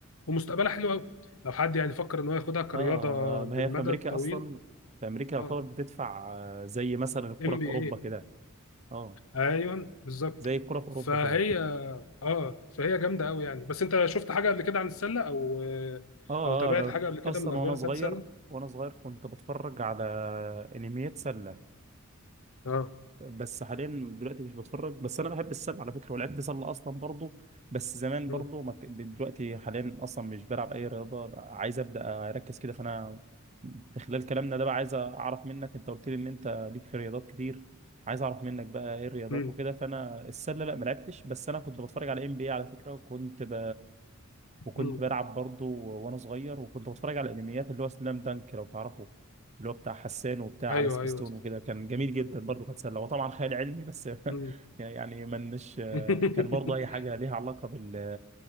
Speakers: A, on the left; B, on the right.
A: ومستقبلها حلو أوي لو حد يعني فكر إن هو ياخدها كرياضة
B: اه ما
A: للمدى
B: هي في امريكا
A: الطويل
B: اصلا في امريكا يعتبر
A: اه
B: بتدفع آه، زي مثلا الكره
A: ام
B: في
A: بي
B: اوروبا
A: اي
B: كده اه
A: أيوه بالظبط
B: زي الكره في اوروبا
A: فهي
B: كده
A: اه فهي جامدة أوي يعني بس أنت شفت حاجة قبل كده عن السلة أو آه،
B: اه
A: أو تابعت
B: اه انا
A: حاجة قبل كده
B: اصلا
A: من الأخبار
B: وانا صغير
A: بتاعت السلة؟
B: وانا صغير كنت بتفرج على انميات سله
A: اه
B: بس حاليا دلوقتي مش بتفرج بس انا بحب السله على فكره ولعبت سله اصلا برضو بس زمان
A: مم.
B: برضو ما كان- دلوقتي حاليا اصلا مش بلعب اي رياضه عايز ابدا اركز كده فانا في خلال كلامنا ده بقى عايز اعرف منك انت قلت لي ان انت ليك في رياضات كتير عايز اعرف منك بقى ايه الرياضات
A: مم.
B: وكده فانا السله لا ما لعبتش بس انا كنت بتفرج على ام بي اي على فكره وكنت ب... وكنت
A: مم.
B: بلعب برضو وانا صغير وكنت بتفرج على الانميات اللي هو سلام دانك لو تعرفه اللي هو بتاع حسان وبتاع
A: أيوه
B: على سبيستون
A: أيوه
B: وكده كان جميل جدا
A: آه،
B: برضه كانت سله وطبعا خيال علمي بس
A: مم.
B: <laughs> يعني منش
A: <laughs>
B: كان برضه اي حاجه ليها علاقه بال